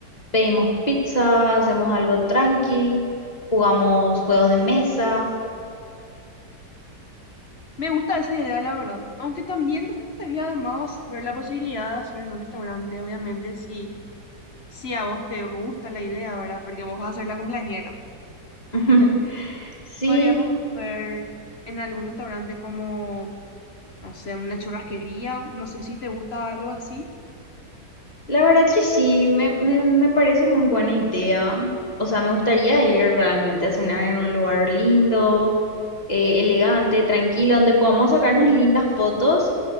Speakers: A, on the left; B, on the left.
A: pedimos pizza, hacemos algo tranqui, jugamos juegos de mesa.
B: Me gusta esa idea, la verdad. Aunque también nos gustaría además ver la posibilidad de hacer en un restaurante, obviamente, si, si a vos te gusta la idea, ¿verdad? Porque vos vas a ser la cumpleañera.
A: <laughs> Sí,
B: Podríamos ver en algún restaurante como, no sé, una churrasquería. No sé si te gusta algo así.
A: La verdad que sí, me, me, me parece muy buena idea. O sea, me gustaría ir realmente a cenar en un lugar lindo, eh, elegante, tranquilo, donde podamos sacarnos lindas fotos